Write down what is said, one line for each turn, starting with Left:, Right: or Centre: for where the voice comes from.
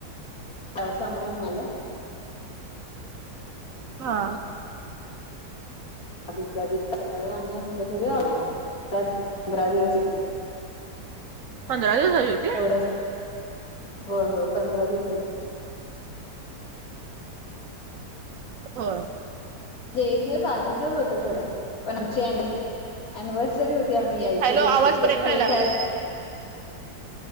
Left: नववस आम्हाला मिळालं.
Right: हा
Left: दुसरा दिवस सकाळी आम्ही आमच्या घरी आलो. पंधरा दिवस
Right: पंधरा दिवसाची होती
Left: एवढंच होय होय पंधरा दिवसाची
Right: हो
Left: म्हणजे एक दिवस आधीचच होत खरं पण आचीन अनिव्हर्सरी होती आम्ही यायच्या
Right: हॅलो
Left: दिवशी
Right: आवाज
Left: म्हणजे
Right: ब्रेक
Left: प्ले
Right: व्हायला लागलाय
Left: त्या